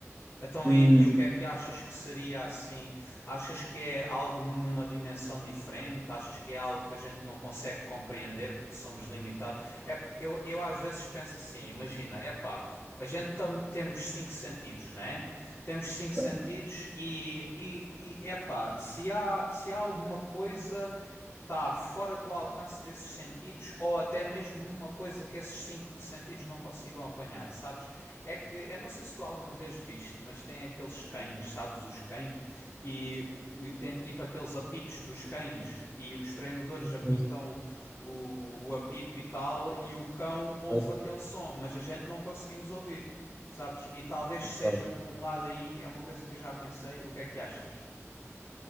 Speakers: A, on the left; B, in the centre.
A: Então
B: Não
A: e, e o que é que achas que seria assim? Achas que é algo numa dimensão diferente? Achas que é algo que a gente não consegue compreender porque somos limitados? É porque eu, eu às vezes penso assim, imagina, epá, a gente tam- temos cinco sentidos, né? Temos cinco sentidos
B: sei,
A: e, e, e epá, se há, se há alguma coisa que está fora do alcance desses sentidos ou até mesmo uma coisa que esses cinco sentidos não consigam apanhar, sabes? É que eu não sei se tu alguma vez viste, mas tem aqueles cães, sabes? Os cães e, e tem tipo aqueles apitos dos cães, e os treinadores apitam
B: não
A: o, o, o apito e tal, e o cão ouve
B: sei se
A: aquele som, mas a gente não conseguimos ouvir, sabes? E talvez seja
B: vai.
A: por um lado aí, é uma coisa que eu já pensei, o que é que achas?